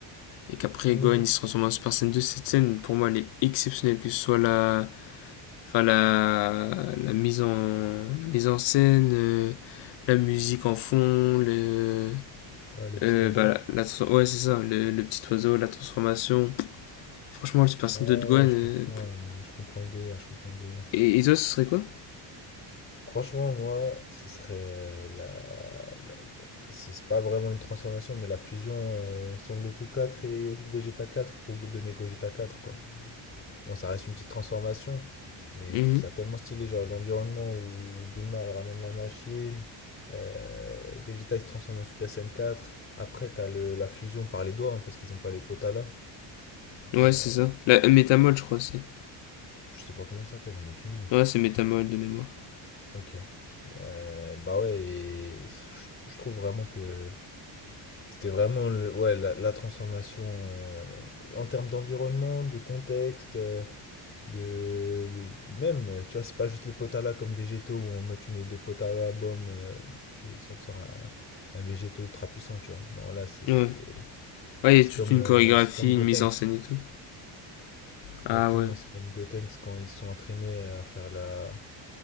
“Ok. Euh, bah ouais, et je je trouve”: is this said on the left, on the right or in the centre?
Left